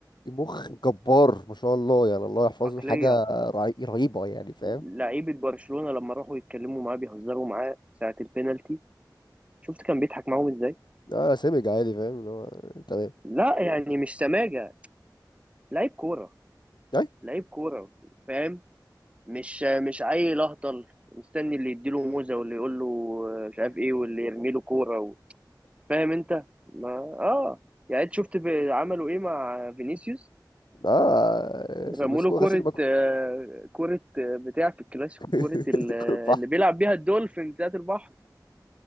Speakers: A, on the left; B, on the right.
A: مخ جبار ما شاء الله يعني الله يحفظه
B: عقلية
A: حاجه رهي- رهيبه يعني فاهم
B: لعيبة برشلونة لما راحوا يتكلموا معاه بيهزروا معاه ساعة البينالتي شفت كان بيضحك معاهم ازاي؟
A: اه سمج عادي فاهم اللي هو تمام
B: لا يعني مش سماجة لعيب كورة
A: أي.
B: لعيب كورة فاهم مش مش عيل اهطل مستني اللي يديله موزة واللي يقول له آه، مش عارف ايه واللي يرمي له كورة و... فاهم انت ما اه يعني انت شفت ب- عملوا ايه مع فينيسيوس
A: <laughs> اه
B: رموا
A: مسكوه
B: له كورة
A: غسيل ومكوه
B: آه، كورة آه، بتاع في الكلاسيكو
A: <laughs>
B: كورة ال-
A: كل البحر
B: اللي بيلعب بيها الدولفين بتاعت البحر